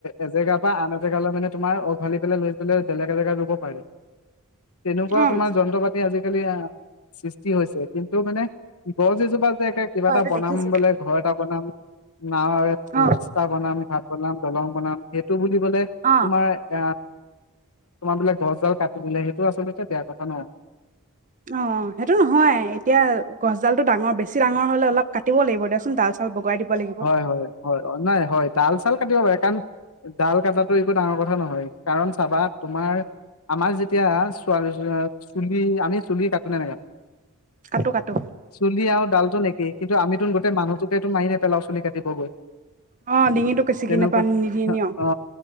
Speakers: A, on the left; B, on the right.
A: এজেগা বা আন এজেগালৈ মানে তোমাৰ উওভালি পেলাই লৈ পেলাই বেলেগ এজেগাত ৰুব পাৰে তেনেকুৱাও
B: অ হয়
A: তোমাৰ যন্ত্ৰ পাতি আজিকালি আহ <unintelligible> হৈছে কিন্তু মানে গছ এজোপা কিবা এটা
B: এইটো
A: বনাম
B: দেখিছো
A: বোলে ঘৰ এটা বনাম ন
B: অ
A: ৰাস্তা বনামি ঘাট পলাম দলং বনাম খে টো বুলি কলে
B: অ
A: তোমাৰ এ তোমাৰ বিলাক দহ জাল কাটি দিলে সেইটো আচলতে বেয়া কথা ন
B: অ সেইটো নহয় এতিয়া গছডালটো ডাৰ বেছি ডাঙৰ'লেল ক দিব লিব দেচোন চাল চাল বগাই দিব লাগিব
A: হয় হয় হয় নাই হয় তাল চাল কাটিব পাৰে কাৰণ ডাল কটাটো একো ডাঙৰ কথা নহয় কাৰণ চাবা তোমাৰ আমাৰ যেতিয়াোৱাল চুলি আমি চুলি কাটোনেে নে কো
B: কাটো কাটো
A: চুলি আৰু ডাল নে কিন্তু আমিতো গো মানুহোকেেত মিাপ পেলাও চলুলি কাটিবগৈ
B: অ ডিঙিটো ছিগি
A: তেনেুৱ
B: নাপা নিদি নিয়
A: অ